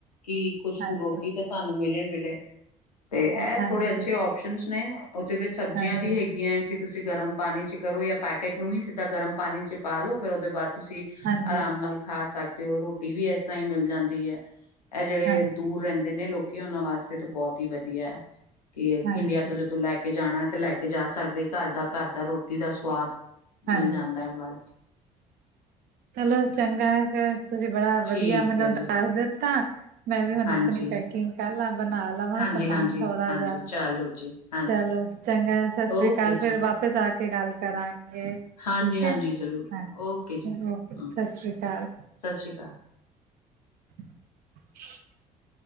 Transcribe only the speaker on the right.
ਹਾਂਜੀ।
ਹਾਂਜੀ,
ਹਾਂਜੀ,
ਹਾਂਜੀ,
ਹਾਂ,
ਹਾਂਜੀ,
ਹਾਂਜੀ।
ਚਲੋ ਚੰਗਾ ਏ ਫੇਰ ਤੁਸੀਂ ਬੜਾ ਵਧੀਆ
ਮੈਨੂੰ
ਦੱਸ
ਦਿੱਤਾ। ਮੈਂ ਵੀ ਹੁਣ
ਆਪਣੀ ਪੈਕਿੰਗ ਕਰ ਲਾ ਬਣਾ ਲਵਾਂ
ਸਮਾਨ
ਥੋੜਾ
ਜਿਹਾ।
ਚਲੋ ਚੰਗਾ ਸਤਿ ਸ੍ਰੀ
ਅਕਾਲ ਫਿਰ
ਵਾਪਿਸ ਆ ਕੇ ਗੱਲ ਕਰਾਂਗੇ। ਠੀਕ
ਐ,
ਹਾਂ
ਓਕੇ ਸਤਿ
ਸ੍ਰੀ ਅਕਾਲ।
<inaudible>